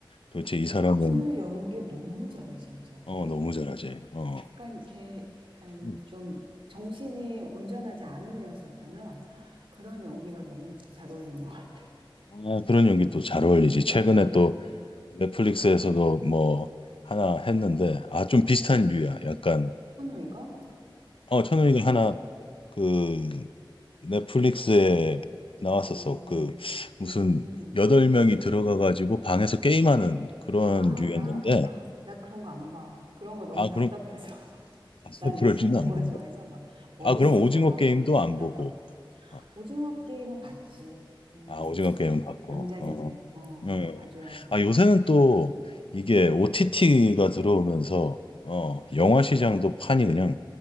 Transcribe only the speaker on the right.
춘우의 연기 너무 잘해, 진짜.
걔
약간 걔 약간
좀 정신이 온전하지 않은 애였었잖아. 그런 연기가 너무 잘 어울리는 것 같아.
춘우이가?
음,
음.
아,
나, 아, 나 그런 거 안 봐. 그런 거 너무
답답해서.
난
액션 영화
좋아해서 막 머리
쓰고
막
그 답답한
거.
오징어 게임은 봤지. 음,
뭐
명작인데
어
봐줘야지.